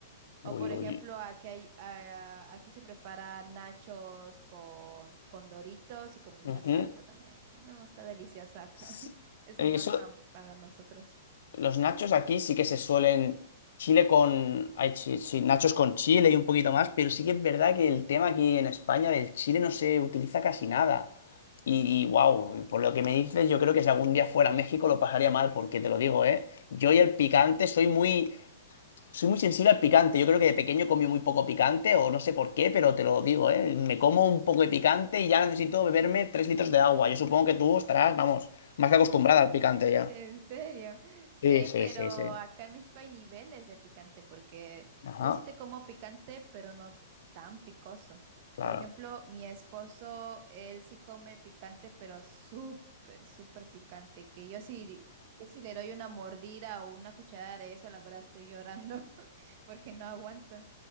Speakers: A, on the left; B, on the right.
A: uy,
B: O por ejemplo,
A: uy.
B: aquí hay, ah, aquí se prepara nachos con, con doritos y con mucha
A: Ujú.
B: salsa también. No, está delicioso acá.
A: Sí.
B: <laughs> Es
A: Eso,
B: un manjar para nosotros.
A: Los nachos aquí sí que se suelen. Chile con. Ay, sí, sí, nachos con chile y un poquito más, pero sí que es verdad que el tema aquí en España del chile no se utiliza casi nada. Y, wow, por lo que me dices, yo creo que si algún día fuera a México lo pasaría mal, porque te lo digo, ¿eh? Yo y el picante soy muy. Soy muy sensible al picante. Yo creo que de pequeño comí muy poco picante, o no sé por qué, pero te lo digo, ¿eh? Me como un poco de picante y ya necesito beberme 3 litros de agua. Yo supongo que tú estarás, vamos, más que acostumbrada al picante ya.
B: ¿En serio? Sí,
A: Sí, sí,
B: pero
A: sí, sí.
B: acá en México hay niveles de picante porque
A: Ajá,
B: yo sí te como picante, pero no tan picoso.
A: claro.
B: Por ejemplo, mi esposo, él sí come picante, pero súper, súper picante, que yo sí, yo sí le doy una mordida o una cucharada de eso, la verdad estoy llorando <laughs> porque no aguanto.